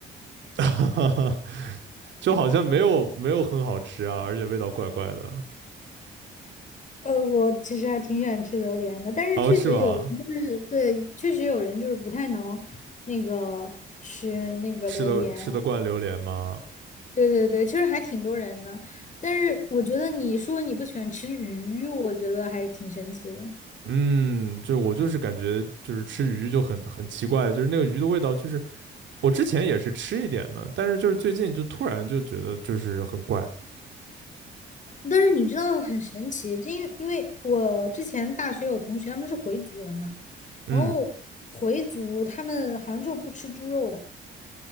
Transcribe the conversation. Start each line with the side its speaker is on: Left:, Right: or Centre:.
Right: <laughs> 就好像没有没有很好吃啊，而且味道怪怪的。
Left: 呃，我其实还挺喜欢吃榴莲的，但是确实有人就是对，
Right: 哦，是吗？
Left: 确实有人就是不太能那个吃那个榴莲。
Right: 吃的吃得惯榴莲吗？
Left: 对对对，其实还挺多人的，但是我觉得你说你不喜欢吃鱼，我觉得还是挺神奇的。
Right: 嗯，就我就是感觉就是吃鱼就很很奇怪，就是那个鱼的味道，就是我之前也是吃一点的，但是就是最近就突然就觉得就是很怪。
Left: 但是你知道很神奇，就因为因为我之前大学有同学他们是回族人嘛，
Right: 嗯，
Left: 然后回族他们好像就不吃猪肉的。